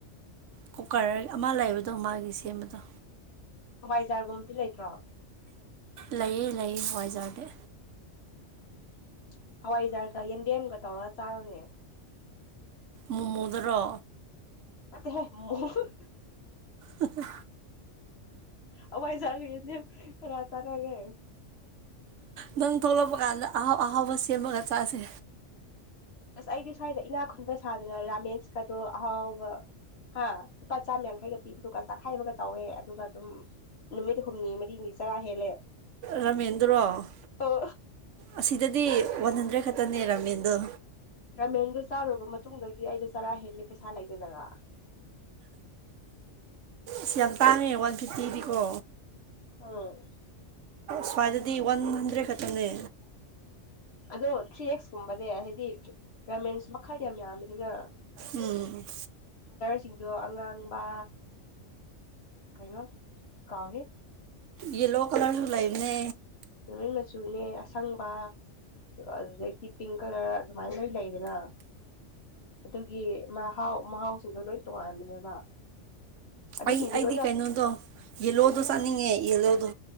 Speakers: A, on the right (about 75°); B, on the left (about 55°).
A: ꯀꯨꯀꯔ ꯑꯃ ꯂꯩꯕꯗꯣ ꯃꯥꯒꯤ ꯁꯦꯝꯕꯗꯣ
B: ꯍꯋꯥꯏꯖꯥꯔꯒꯨꯝꯕꯗꯤ ꯂꯩꯇ꯭ꯔꯣ
A: ꯂꯩꯌꯦ ꯂꯩꯌꯦ ꯍꯣꯏꯖꯔꯒꯦ
B: ꯎꯝ ꯍꯋꯥꯏꯖꯥꯔꯒ ꯌꯦꯟꯗꯦꯝꯒ ꯇꯧꯔꯒ ꯆꯥꯔꯨꯅꯦ
A: ꯃꯃꯨꯗ꯭ꯔꯣ
B: ꯍꯦ
A: ꯎ
B: ꯑꯋꯥꯏꯖ ꯈꯔꯥ ꯇꯅꯒꯦ
A: ꯅꯪ ꯊꯣꯛꯂꯛꯄ ꯀꯥꯟꯗ ꯑꯍꯥꯎ ꯑꯍꯥꯎꯕ ꯁꯦꯝꯃꯒ ꯆꯥꯁꯦ
B: ꯑꯁ ꯑꯩꯗꯤ ꯁ꯭ꯋꯥꯏꯗ ꯏꯅꯥꯛ ꯈꯨꯟꯕ ꯁꯥꯗꯅ ꯔꯥꯃꯦꯟꯁꯀꯗꯣ ꯑꯍꯥꯎꯥꯎꯕ ꯍꯥ ꯂꯨꯄꯥ ꯆꯥꯝꯃ ꯌꯥꯡꯈꯩꯒ ꯄꯤꯕꯗꯨꯒ ꯆꯥꯛꯈꯥꯏꯕꯒ ꯇꯧꯋꯦ ꯑꯗꯨꯒ ꯑꯗꯨꯝ ꯅꯨꯃꯤꯠ ꯍꯨꯝꯅꯤ ꯃꯔꯤꯅꯤ ꯆꯔꯥ ꯍꯦꯜꯂꯦ
A: ꯔꯃꯦꯟꯗ꯭ꯔꯣ
B: ꯑꯣ
A: ꯑꯁꯤꯗꯗꯤ ꯋꯥꯟ ꯍꯟꯗ꯭ꯔꯦꯠ ꯅꯤꯔꯝꯃꯤ ꯑꯗꯨꯣ
B: ꯔꯥꯃꯦꯟꯗꯨꯣ ꯆꯥꯔꯨꯔꯕ ꯃꯇꯨꯡꯗꯩꯩꯒꯤ ꯑꯩꯗꯣ ꯆꯔꯥ ꯍꯦꯜꯂꯤ ꯄꯩꯁꯥ ꯂꯩꯇꯗꯅ꯫
A: ꯁ ꯌꯥꯝ ꯇꯥꯉꯦ ꯋꯥꯟ ꯐꯤꯐꯇꯤꯗꯤ ꯀꯣ꯫
B: ꯎꯝ꯫
A: ꯁ꯭ꯋꯥꯏꯗꯗꯤ ꯋꯥꯟ ꯍꯟꯗ꯭ꯔꯦꯠ ꯈꯛꯇꯅꯦ꯫
B: ꯑꯗꯣ ꯊ꯭ꯔꯤ ꯑꯦꯛꯁꯀꯨꯝꯕꯅꯦ ꯍꯥꯏꯗꯤ ꯔꯃꯦꯟꯁ ꯃꯈꯜꯗꯤ ꯌꯥꯝ ꯌꯥꯝꯃꯤꯗꯨꯅ꯫
A: ꯎꯝ꯫
B: ꯁꯤꯡꯗꯣ ꯑꯉꯥꯡꯕ ꯀꯩꯅꯣ ꯀꯥꯎꯔꯦ꯫
A: ꯌꯦꯂꯣ ꯀꯂꯔꯁꯨ ꯂꯩꯅꯦ꯫
B: ꯂꯣꯏ ꯃꯆꯨꯅꯦ ꯑꯁꯪꯕ ꯑꯗꯨꯗꯒꯤ ꯄꯤꯡ ꯀꯂꯔ꯫ ꯑꯗꯨꯃꯥꯏꯅ ꯂꯣꯏ ꯂꯩꯗꯅ ꯑꯗꯨꯒꯤ꯫ ꯃꯍꯥꯎ ꯃꯍꯥꯎꯁꯤꯡꯗꯣ ꯂꯣꯏ ꯇꯣꯉꯥꯟꯕꯅꯦꯕ꯫ ꯑꯗꯨꯁꯤꯡꯁꯨ
A: ꯑꯩ ꯑꯩꯗꯤ
B: ꯂꯣꯏꯅ
A: ꯀꯩꯅꯣꯗꯣ ꯌꯦꯜꯂꯣꯗꯣ ꯆꯠꯅꯤꯡꯉꯦ ꯌꯦꯜꯂꯣꯗꯣ꯫